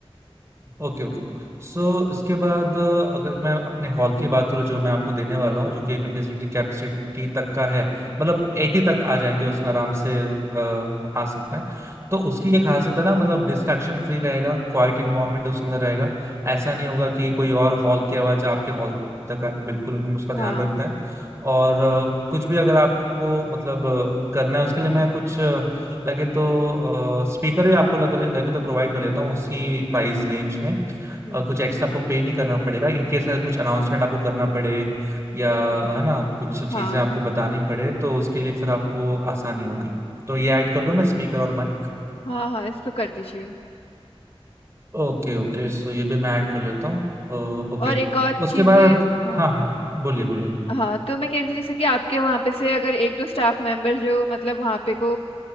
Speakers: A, on the right (about 25°); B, on the left (about 70°).
A: okay okay सो इसके बाद अ, अगर मैं अपने हॉल की बात करूँ जो मैं आपको देने वाला
B: हम्म
A: हूँ जो कि फिफ्टी सीट की कैपेसिटी तक का है मतलब एटी तक आ जाएंगे उसमें आराम से अ, आ सकते हैं तो उसकी ये खासियत है ना मतलब डिस्ट्रैक्शन फ्री रहेगा क्वाइट इन्वायरमेंट उसके अंदर रहेगा ऐसा नहीं होगा कि कोई और हॉल की आवाज आपके हॉल तक आए बिल्कुल हम उसका ध्यान
B: हाँ
A: रखते हैं और अ, कुछ भी अगर आपको मतलब अ, करना है उसके लिए मैं कुछ लगे तो स्पीकर भी आपको लगे, लगे तो प्रोवाइड कर लेता हूँ उसी प्राइस रेंज में
B: हम्म,
A: और कुछ एक्स्ट्रा आपको पे नहीं करना पड़ेगा इन केस कुछ अनाउंसमेंट आपको करना पड़े या है ना कुछ चीजें
B: हाँ
A: आपको बतानी पड़े तो उसके लिए फिर आपको आसानी होगी तो ये ऐड कर लो मैं स्पीकर और माइक
B: हाँ हाँ इसको कर दीजिए
A: ओके ओके सो ये भी मैं ऐड कर लेता हूँ ओके
B: और एक और
A: उसके
B: चीजें
A: बाद
B: हाँ
A: हाँ हाँ बोलिए बोलिए
B: हाँ तो मैं कह रही थी जैसे कि आपके वहाँ पे से अगर एक दो स्टाफ मेंबर जो मतलब वहाँ पे को